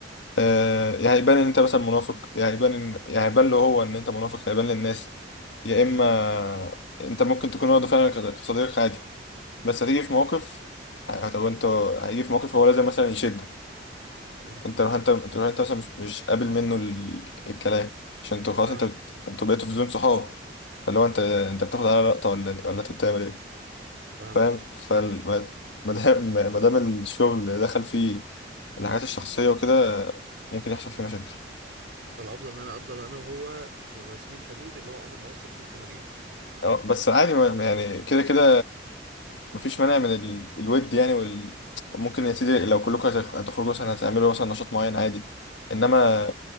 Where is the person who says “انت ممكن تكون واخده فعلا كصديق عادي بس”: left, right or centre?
Left